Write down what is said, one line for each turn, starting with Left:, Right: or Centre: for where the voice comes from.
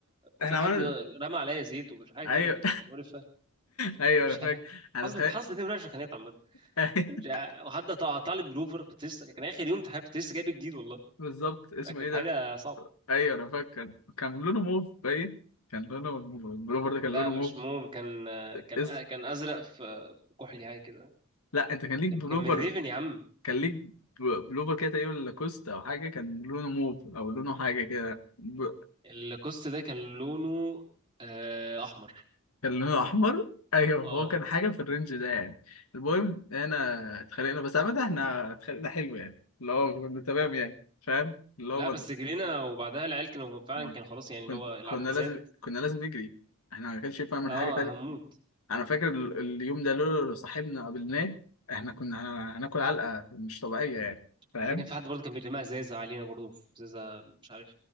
Left: احنا
Right: في حد
Left: عملنا
Right: رمى عليا زيت ومش حاجه
Left: ايوه
Right: كده كانت مقرفه <laughs>
Left: ايوه
Right: مش
Left: انا فاكر
Right: عارف
Left: انا
Right: حظي
Left: تخيل
Right: حظي دي وحشه كانت عامه
Left: <laughs>
Right: مش عارف. وحد قطع قطع لي بلوفر كنت لسه كان اخر يوم امتحان كنت لسه جايب جديد والله
Left: بالظبط اسمه
Right: ده كانت
Left: ايه ده
Right: حاجه صعبه
Left: ايوه انا فاكر كان لونه موف باين كان لونه البلوفر ده كان
Right: لا
Left: لونه
Right: مش
Left: موف
Right: موم كان كان
Left: اس...
Right: كان ازرق في في كحلي حاجه كده
Left: لا انت كان ليك
Right: كان
Left: بلوفر
Right: كان من ريفن يا عم
Left: كان ليك ب- بلوفر كده تقريبا لاكوست او حاجه كان لونه موف او لونه حاجه كده ب...
Right: الكوست ده كان لونه آه، احمر
Left: كان لونه احمر ايوه
Right: اه
Left: هو كان حاجه في الرينج ده يعني المهم انا اتخانقنا بس عامه احنا اتخانقنا حلو يعني اللي هو كنا تمام يعني فاهم اللي
Right: لا
Left: هو ما
Right: بس جرينا وبعدها العيال كانوا فعلا
Left: ما-
Right: كان خلاص يعني
Left: كن...
Right: اللي هو العدد
Left: كنا لازم
Right: زاد
Left: كنا لازم نجري احنا ما كانش ينفع نعمل
Right: اه
Left: حاجه تانية
Right: هموت
Left: انا فاكر ال- اليوم ده لولا لو صاحبنا قابلناه احنا كنا ه- هناكل علقه مش طبيعيه يعني فاهم
Right: بعدين كان في حد برضه كان بيرمي ازازه علينا برضه في ازازه مش عارف